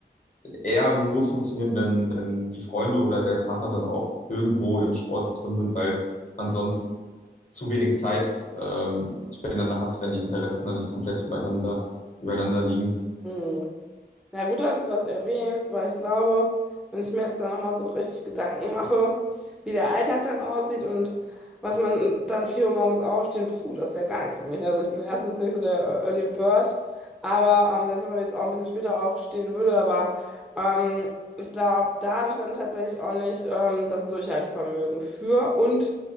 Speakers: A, on the left; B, in the centre.
A: eher nur funktionieren, wenn, wenn die Freunde oder der Partner dann auch irgendwo im Sport drin sind, weil man sonst zu wenig Zeit ähm, füreinander hat, wenn die Interessen dann nicht komplett übereinander, übereinander liegen.
B: Mhm. Na gut, dass du das erwähnst, weil ich glaube, wenn ich mir jetzt da nochmal so richtig Gedanken mache, wie der Alltag dann aussieht und was man dann 4 Uhr morgens aufstehen, puh, das wäre gar nichts für mich. Also ich bin erstens nicht so der äh, Early Bird, aber ähm, selbst wenn man jetzt auch ein bisschen später aufstehen würde, aber ähm, ich glaube, da habe ich dann tatsächlich auch nicht ähm, das Durchhaltevermögen für und